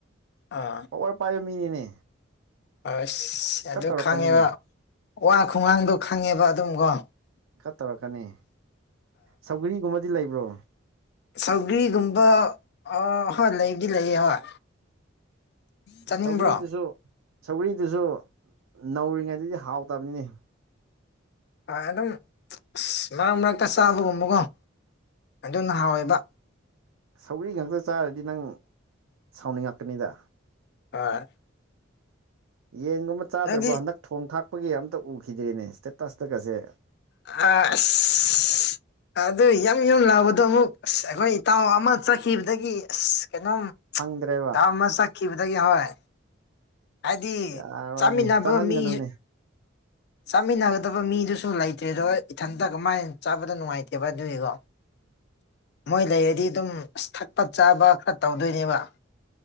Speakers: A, on the left; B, on the right.
A: ꯑꯥ
B: ꯄꯣꯋꯥꯔ ꯄꯥꯏꯕ ꯃꯤꯅꯤꯅꯦ
A: ꯑꯁ
B: ꯈꯔ
A: ꯑꯗꯨ
B: ꯇꯧꯔꯛꯀꯅꯤꯅꯦ
A: ꯈꯪꯉꯦꯕ ꯋꯥ ꯈꯨꯪꯉꯥꯡꯗꯣ ꯈꯪꯉꯦꯕ ꯑꯗꯨꯝꯀꯣ
B: ꯈꯔꯥ ꯇꯧꯔꯛꯀꯅꯤ ꯁꯧꯒꯔꯤꯒꯨꯝꯕꯗꯤ ꯂꯩꯕ꯭ꯔꯣ
A: ꯁꯧꯒ꯭ꯔꯤꯒꯨꯝꯕ ꯑ ꯍꯣꯏ ꯂꯩꯕꯥꯗꯤ ꯂꯩꯌꯦ ꯍꯣꯏ ꯆꯥꯅꯤꯡꯕ꯭ꯔꯣ
B: ꯁꯧꯒꯔꯤꯗꯨꯁꯨ ꯁꯧꯒꯔꯤꯗꯨꯁꯨ ꯅꯧꯔꯤꯉꯩꯗꯗꯤ ꯍꯥꯎꯇꯕꯅꯤꯅꯦ
A: ꯍꯣꯏ ꯑꯗꯨꯝ ꯑꯁ ꯃꯔꯛ ꯃꯔꯛꯇ ꯆꯥꯕꯒꯨꯝꯕꯀꯣ ꯑꯗꯨꯅ ꯍꯥꯎꯋꯦꯕ
B: ꯁꯧꯒꯔꯤ ꯉꯥꯛꯇ ꯆꯥꯔꯗꯤ ꯅꯪ ꯁꯥꯎꯅꯤꯡꯉꯛꯀꯅꯤꯗ
A: ꯍꯣꯏ
B: ꯌꯦꯟꯒꯨꯝꯕ ꯆꯥꯗ꯭ꯔꯕꯣ
A: ꯅꯪꯗꯤ
B: ꯍꯟꯗꯛ ꯊꯣꯡ ꯊꯥꯛꯄꯒꯤ ꯑꯃꯝꯇ ꯎꯈꯤꯗ꯭ꯔꯦꯅꯦ ꯏꯁꯇꯦꯇꯁꯇꯥꯒꯥꯁꯦ
A: ꯑꯥ ꯑꯁ ꯑꯗꯨ ꯌꯥꯝ ꯌꯨꯝ ꯂꯥꯎꯕꯗꯣ ꯑꯃꯨꯛ ꯑꯁ ꯑꯩꯈꯣꯏ ꯏꯇꯥꯎ ꯑꯃ ꯆꯠꯈꯤꯕꯗꯒꯤ ꯑꯁ ꯀꯩꯅꯣꯝ
B: ꯐꯪꯗ꯭ꯔꯦꯕ
A: ꯏꯇꯥꯎ ꯃꯥ ꯆꯠꯈꯤꯕꯗꯥꯒꯤ ꯍꯣꯏ ꯍꯥꯏꯗꯤ
B: ꯌꯥꯔꯣꯏꯅꯦ
A: ꯆꯥꯃꯤꯟꯅꯕ
B: ꯆꯥꯍꯟꯒꯅꯨꯅꯦ
A: ꯃꯤ ꯆꯥꯃꯤꯟꯅꯒꯗꯕ ꯃꯤꯗꯨꯁꯨ ꯂꯩꯇ꯭ꯔꯦ ꯑꯗꯣ ꯏꯊꯟꯇ ꯀꯃꯥꯏꯅ ꯆꯥꯕꯗ ꯅꯨꯡꯉꯥꯏꯇꯦꯕ ꯑꯗꯨꯒꯤꯀꯣ
B: <inaudible>
A: ꯃꯣꯏ ꯂꯩꯔꯗꯤ ꯑꯗꯨꯝ ꯑꯁ ꯊꯛꯄ ꯆꯥꯕ ꯈꯔ ꯇꯧꯗꯣꯏꯅꯦꯕ